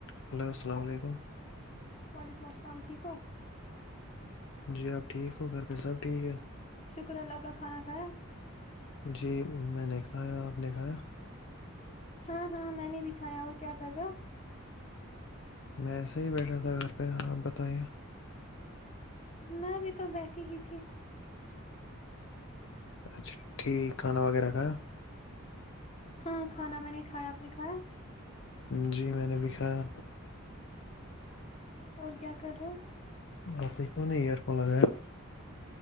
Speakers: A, on the left; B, on the left.
A: hello السلام علیکم
B: وعلیکم السلام ٹھیک ہو
A: جی آپ ٹھیک ہو گھر پہ سب ٹھیک ہے
B: شکر اللہ کا کھانا کھایا
A: جی میں نے کہا نےکھایا
B: ہاں ہاں میں نے بھی کھایا اور کیا کر رہ ہو
A: میں ایسے ہی بیٹھا تھا گھر پہ ہاں آپ بتائے
B: میں بھی تو بیٹھی ہی تھی
A: اچھا ٹھیک کھانا وغیرہ کا
B: ہاں کھانا میں نے کھایا آپ نے کھایا
A: جی میں نے بھیکھایا
B: اور کیا کرو
A: آپیک نہیں ایئر فون لگایں